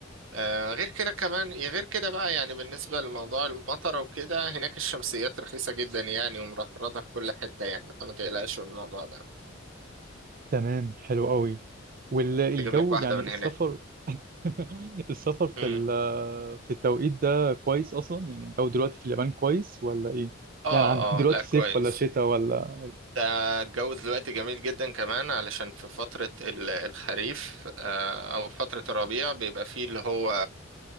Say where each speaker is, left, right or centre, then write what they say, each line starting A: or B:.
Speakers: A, on the right; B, on the right.
A: آه غير كده كمان يا غير كده بقى يعني بالنسبة لموضوع المطر وكده هناك الشمسيات رخيصة جدا يعني ومرطرطة في كل حتة يعني فما تقلقش من الموضوع ده
B: تمام حلو قوي والجو
A: تجيب لك واحدة
B: يعني السفر
A: من
B: <laughs> السفر في
A: هناك
B: ال- في التوقيت ده كويس اصلا يعني الجو دلوقتي في اليابان كويس ولا ايه
A: اه
B: يعني عندهم دلوقتي
A: اه لا كويس
B: صيف ولا شتاء ولا
A: ده الجو دلوقتي جميل جدا كمان علشان في فترة ال- الخريف آه، او فترة الربيع بيبقى فيه اللي هو